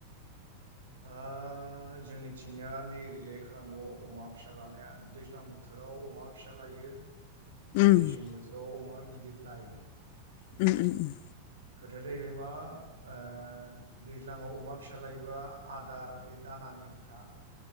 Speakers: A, on the right; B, on the left.
A: ओ जोंनिथिंनिया नै ओैरैजाय खालामो अमा फिसा लानाया दैज्लां बोथोर राव अमा फिसा लायो
B: उम
A: मेसें बोथोराव अमा गिदिर लायो।
B: उम्म उम्म उम्म।
A: खोथाया जाहैबाय मा ओ दैज्लाङाव अमा फिसा लायोबा आदार बे दानानि खोथा